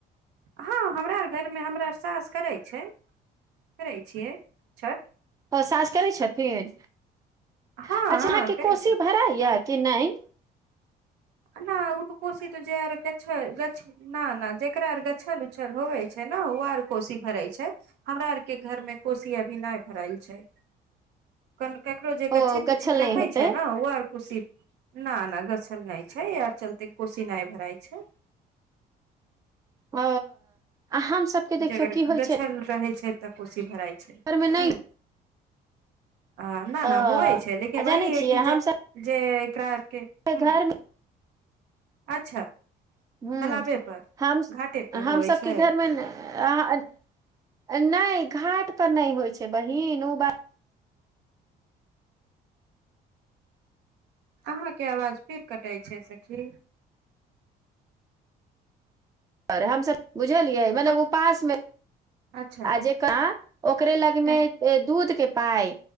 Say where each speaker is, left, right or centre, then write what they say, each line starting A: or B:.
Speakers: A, on the right; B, on the right.
A: हँ हमरा आर घरमे हमरा सास करै छै करै छियै छठ
B: ओ सास करै छथिन अच्छा
A: हँ
B: अहाँके
A: करै
B: कोशी भरा यए कि नहि
A: अन ऊट कुसी त जयर छ गछ न ना जकरा अर गछल उ्छल होवै छै ने ओ आर कोसी भरै छै हमरा अरके घरमे कोसी अभी नहि भरल छै कनि केकरो जे
B: ओ
A: गचछित
B: गछल
A: उच्छित रखै
B: नहि होतै
A: छै ने ओ आर कुसी न न गछल नहि छै आर चलते कोसी नहि भराइ छै
B: ओ हम सबके देखियौ
A: जेगर
B: की होइ
A: गछल
B: छै
A: रहै छै तऽ कुसी भराइ हू
B: घरमे नहि
A: हँ न
B: अ
A: नहि होवै छै लेकिन वही
B: जानै
A: है
B: छियै
A: कि
B: हमसब
A: जे जे त्रर के हुं
B: घरमे
A: अच्छा
B: हुं
A: तालाबे पर
B: हम
A: घाटे पर
B: हमसभके
A: होवे छै
B: घरमे ने अहाँ नहि घाट पर नहि होइ छै बहिन ओ बात
A: अहाँके आवाज फेर कटै छै सखी
B: आरे हमसब बुझलियै मतलब उपास मे
A: अच्छा
B: आ जे कह ओकरे लगमे
A: हँ
B: दूध के पाइ